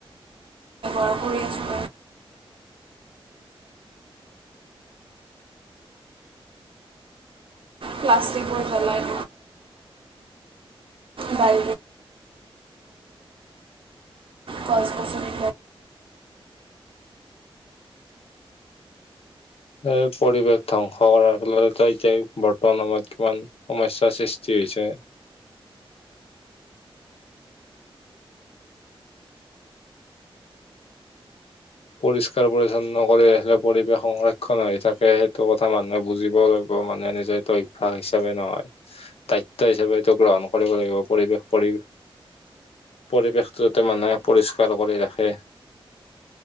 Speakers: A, on the right (about 65°); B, on the left (about 85°).
A: অ', শুনি আছো। ক্লাষ্টিকবোৰ গলায়। বাই গছ-গছনি।
B: এই পৰিৱেশ ধ্বংস কৰাৰ ফলত এতিয়া বৰ্তমান আমাৰ কিমান সমস্যয়াৰ সৃষ্টি হৈছে। পৰিষ্কাৰ পৰিচ্ছন্ন কৰি ৰাখিলে, পৰিৱেশ সংৰক্ষণ হৈ থাকে, সেইটো কথা মানুহে বুজিব লাগিব, মানুহে নিজে <unintelligible> হিচাপে নহয়। দায়িত্ব হিচাপে এইটো গ্ৰহণ কৰিব লাগিব, পৰিৱেশ পৰি পৰিৱেশটো মানুহে পৰিষ্কাৰ কৰি ৰাখে।